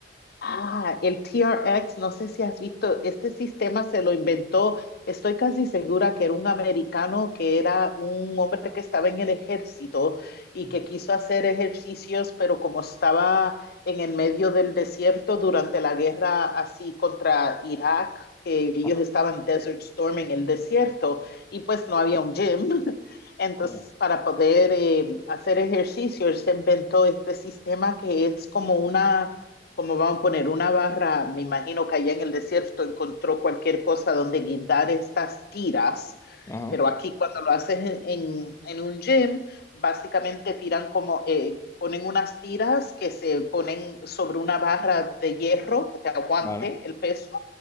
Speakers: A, on the left (about 60°); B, on the left (about 15°).
A: Ah, el TRX, no sé si has visto, este sistema se lo inventó, estoy casi segura que era un americano, que era un hombre que estaba en el ejército y
B: Ajá.
A: que quiso hacer ejercicios, pero como estaba en el medio del desierto durante la guerra así contra Irak, que ellos
B: Ajá.
A: estaban Desert Storm en el desierto y pues no había un gym. <laughs> Entonces,
B: Ya.
A: para poder eh, hacer ejercicios, se inventó este sistema que es como una como van a poner una barra, me imagino que allá en el desierto encontró cualquier cosa donde guindar estas tiras,
B: Ajá.
A: pero aquí cuando lo haces en, en- en un gym, básicamente tiran como, eh, ponen unas tiras que se ponen sobre una barra de hierro que te aguante
B: Vale.
A: el peso